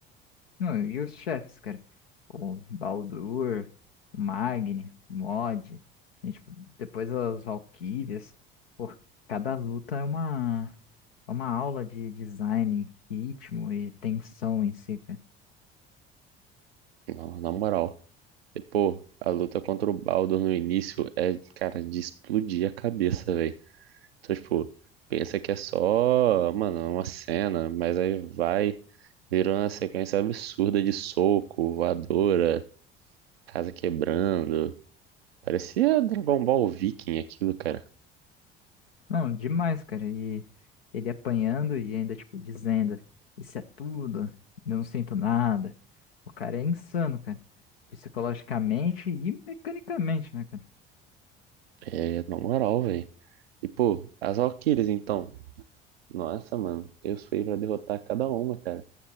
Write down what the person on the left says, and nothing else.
Não, e os chefes, cara? O Baldur, o Magni, o Mod, e, tipo, depois as Valkyrias. Pô, cada luta é uma, é uma aula de design, ritmo e tensão em si, cara.
Não, demais, cara. E ele apanhando e ainda, tipo, dizendo: Isso é tudo, não sinto nada. O cara é insano, cara. Psicologicamente e mecanicamente, né, cara?